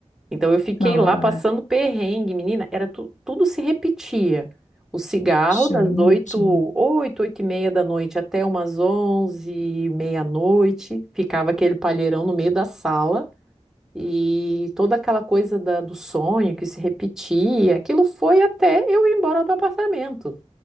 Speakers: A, in the centre; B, on the left (about 85°).
A: Então eu fiquei
B: Não,
A: lá passando
B: é,
A: perrengue, menina, era tu- tudo se repetia. O cigarro
B: gente.
A: das oito, oito, oito e meia da noite até umas onze, meia-noite, ficava aquele palheirão no meio da sala. E toda aquela coisa da- do sonho que se repetia, aquilo foi até eu ir embora do apartamento.